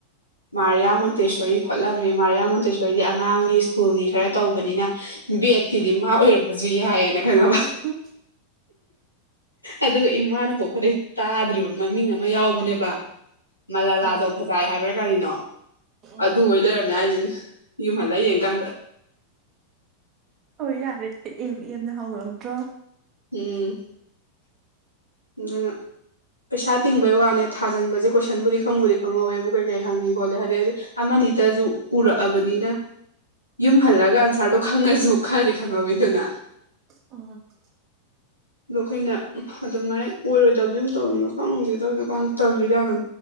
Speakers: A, on the left (about 85°); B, on the right (about 30°).
A: ꯃꯥꯔꯤꯌꯥ ꯃꯣꯟꯇꯦꯁꯣꯔꯤ ꯈꯣꯠꯂꯝꯃꯦ ꯃꯥꯔꯤꯌꯥ ꯃꯣꯟꯇꯦꯁꯔꯤ ꯑꯩꯈꯣꯏꯗꯤ ꯑꯉꯥꯡꯒꯤ ꯁ꯭ꯀꯨꯜꯒꯤ ꯈꯔ ꯇꯧꯕꯅꯤꯅ ꯕꯦꯠꯀꯤꯗꯤ
B: ꯎꯝ
A: ꯃꯥ ꯑꯣꯏꯔꯝꯕꯁꯨ ꯌꯥꯏꯌꯦꯅ ꯈꯪꯉꯕ
B: ꯎꯝ
A: ꯑꯗꯨꯒ ꯏꯃꯥꯅ ꯄꯣꯛꯄꯗꯩ
B: ꯑꯣ
A: ꯇꯥꯗ꯭ꯔꯤꯕ ꯃꯃꯤꯡ ꯑꯃ ꯌꯥꯎꯕꯅꯦꯕ ꯃꯂꯥꯂꯥꯖꯧ
B: ꯎꯝ
A: ꯐꯖꯥꯏ ꯍꯥꯏꯕ꯭ꯔꯥ ꯀꯔꯤꯅꯣ
B: ꯎꯝ
A: ꯑꯗꯨ ꯑꯣꯏ ꯂꯩꯔꯝꯃꯦ ꯍꯥꯏꯁꯤꯅꯦ ꯌꯨꯝ ꯍꯜꯂ ꯌꯦꯡ ꯀꯥꯟꯗ
B: ꯍꯣꯏ ꯌꯥꯔꯦ ꯑꯦꯝ ꯑꯦꯝꯅ ꯍꯧꯔꯝꯗ꯭ꯔꯣ
A: ꯎꯝ ꯑꯗꯨꯅ ꯄꯩꯁꯥ ꯇꯤꯡꯕꯩ ꯋꯥꯅꯦ ꯊꯥꯖꯟꯕꯁꯦ ꯀꯣꯏꯁꯟꯕꯨꯗꯤ ꯈꯪꯕꯨꯗꯤ ꯈꯪꯍꯧꯋꯦꯕꯨ ꯀꯩ ꯀꯩ ꯍꯪꯉꯤ ꯈꯣꯠꯂꯦ ꯍꯥꯏꯗꯩꯗꯤ ꯑꯃꯅꯤꯇꯁꯨ ꯎꯔꯛꯑꯕꯅꯤꯅ ꯌꯨꯝ ꯍꯜꯂꯒ ꯑꯟꯁꯥꯔꯗꯣ ꯈꯪꯉꯁꯨ ꯈꯔꯗꯤ ꯈꯪꯍꯧꯏꯗꯅ
B: <inaudible>
A: ꯑꯗꯣ ꯑꯩꯈꯣꯏꯅ ꯑꯗꯨꯃꯥꯏꯅ ꯑꯣꯏꯔꯣꯏꯗꯕꯗꯤ <unintelligible> ꯈꯪꯗꯦꯗ <unintelligible> ꯇꯜꯂꯤꯗ ꯌꯥꯝꯅ